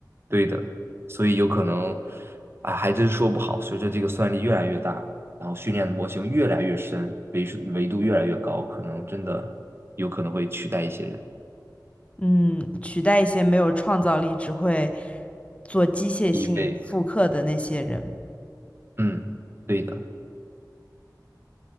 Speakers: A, on the right (about 35°); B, on the left (about 15°).
A: 对的，所以有可能，啊，还真说不好。随着这个算力越来越大，然后训练的模型越来越深，维数维度越来越高，可能真的有可能会取代一些人。
B: 嗯，取代一些没有创造力、只会做机械性复刻的那些人。
A: 因为，嗯，对的，